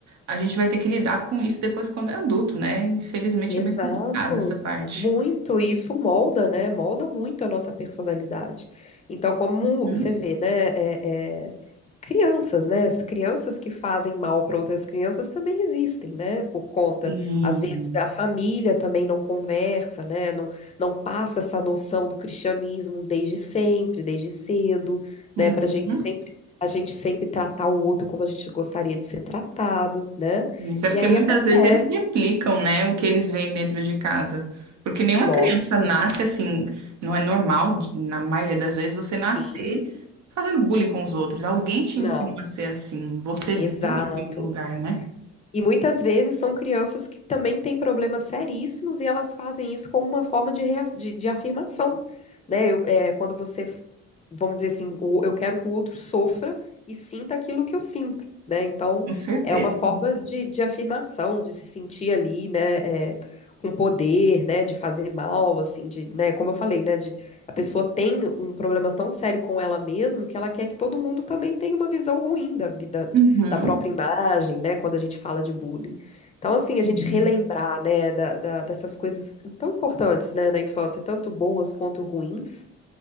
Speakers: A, on the right; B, on the left.
A: a gente vai ter que lidar com isso depois quando é adulto, né? Infelizmente
B: Exato,
A: é bem complicada essa parte.
B: muito, e isso molda, né? Molda muito a nossa personalidade. Então, como
A: Uhum.
B: você vê, né? é- é, crianças, né? As crianças que fazem mal para outras crianças também existem, né? Por conta,
A: Sim.
B: às vezes a família também não conversa, né? Não, não passa essa noção do cristianismo desde sempre, desde cedo,
A: Uhum.
B: né? Para a gente sempre, a gente sempre tratar o outro como a gente gostaria de ser tratado, né?
A: Isso é porque
B: E aí
A: muitas
B: acontece.
A: vezes eles replicam, né, o que eles veem dentro de casa. Porque nenhuma
B: Nossa.
A: criança nasce assim, não é normal, de- na maioria das vezes, você nascer
B: Sim,
A: fazendo bullying com os outros. Alguém te
B: não,
A: ensina a ser assim. Você
B: exato.
A: viu isso em algum lugar, né?
B: E muitas vezes são crianças que também têm problemas seríssimos e elas fazem isso como uma forma de, rea- de, de afirmação, né? Eu- é, quando você, vamos dizer assim, o- eu quero que o outro sofra e sinta aquilo que eu sinto, né? Então,
A: Com certeza.
B: é uma forma de, de afirmação, de se sentir ali, né? é, com poder, né? De fazer mal, assim, de, né? Como eu falei, né? De, a pessoa tem um problema tão sério com ela mesma que ela quer que todo mundo também tenha uma visão ruim da vida
A: Uhum.
B: da própria imagem, né, quando a gente fala de bullying. Então, assim, a
A: Uhum.
B: gente relembrar, né, da- da- dessas coisas tão importantes, né, na infância, tanto boas quanto ruins,